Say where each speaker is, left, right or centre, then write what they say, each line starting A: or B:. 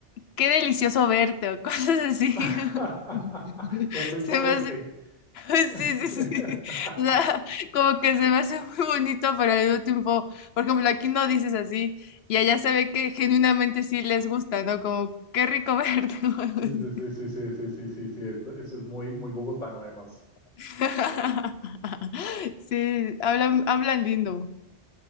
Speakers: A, on the left (about 65°); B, on the left (about 35°).
A: qué delicioso verte o cosas así.
B: <laughs>
A: <laughs>
B: Qué rico
A: Se
B: verte.
A: me hace, <laughs>
B: <laughs>
A: sí, sí, sí. <laughs> O sea, como que se me hace muy bonito, pero al mismo tiempo, por ejemplo, aquí no dices así y allá se ve que genuinamente sí les gusta, ¿no? Como, qué rico verte. <laughs>
B: Sí, sí, sí, sí, sí, sí, sí, sí, sí, esto- eso es muy, muy bogotano además.
A: <laughs> Sí, hablan, hablan lindo.